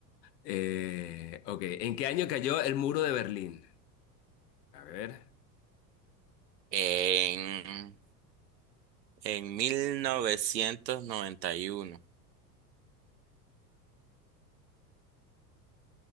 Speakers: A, on the left; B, on the right.
A: Eh, ok, ¿en qué año cayó el muro de Berlín? A ver,
B: En, en 1991.